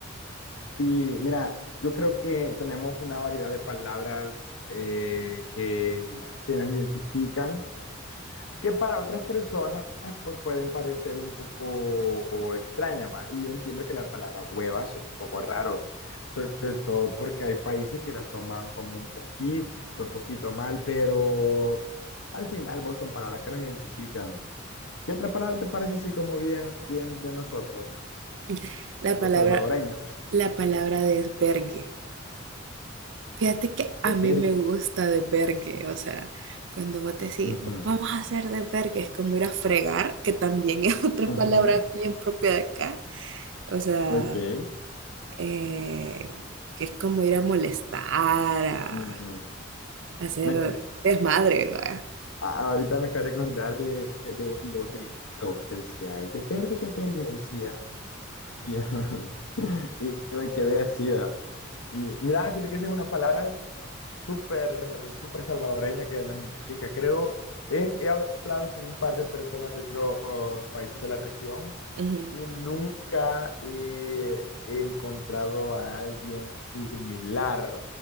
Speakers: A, on the left; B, on the right.
A: Sí, mira, yo creo que tenemos una variedad de palabras eh, que, que nos identifican que para otras personas pues pueden parecer un poco extrañas, ¿va? Y yo entiendo que la palabra hueva es un poco raro, sobre todo porque hay países que la toman como un poquito, un poquito mal, pero al final vos son palabras que nos identifican. ¿Qué otra palabra te parece así como bien, bien de nosotros,
B: <laughs> La
A: los
B: palabra
A: salvadoreños?
B: la palabra desvergue. Fíjate que
A: De
B: a
A: Uf,
B: mí
A: Bergue.
B: me gusta desvergue, o sea, cuando vos decís,
A: Ujú,
B: vamos a hacer desvergue, es como ir a fregar, que también es <laughs> otra
A: ujú,
B: palabra bien propia de acá, o sea,
A: Ok.
B: eh, que es como ir a molestar, a,
A: ujú.
B: a hacer
A: Me,
B: desmadre, ¿verdad?
A: Ah, Ahorita me acabo de acordar de, de un video que vi en TikTok que decía, el de pergue, de pergue", decía. Y, <laughs> y me quedé así. ah. Y mira, fíjate que esa es una palabra súper, súper salvadoreña que nos identifica. Creo, he, he hablado con un par de personas de otros países de la región
B: Ujú.
A: y nunca eh, he encontrado a alguien similar